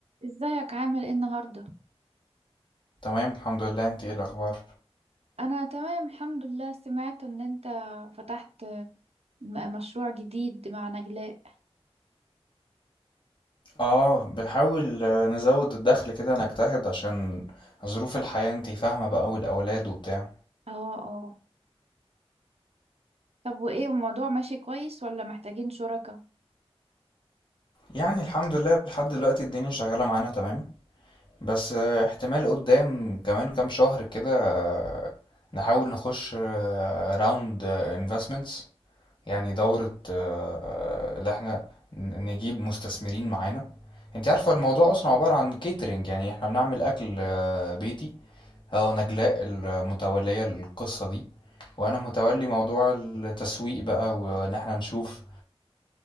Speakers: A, on the right; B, on the left.
A: ازيك عامل ايه النهارده
B: تمام الحمد لله انت ايه الاخبار
A: انا تمام الحمد لله سمعت ان انت فتحت م- مشروع جديد مع نجلاء
B: اه بنحاول آه، نزود الدخل كده نجتهد عشان ظروف الحياة انت فاهمة بقى والاولاد وبتاع
A: اه اه طب وايه الموضوع ماشي كويس ولا محتاجين شركاء
B: يعني الحمد لله لحد دلوقتي الدنيا شغالة معانا تمام بس آه، احتمال قدام كمان كام شهر كده آه، نحاول نخش راوند انفستمنتس يعني دورة آه، اللي احنا ن- نجيب مستثمرين معانا انت عارفة الموضوع اصلا عبارة عن كيترينج يعني احنا بنعمل اكل آه، بيتي اه نجلاء المتولية للقصة دي وانا متولي موضوع التسويق بقى وان احنا نشوف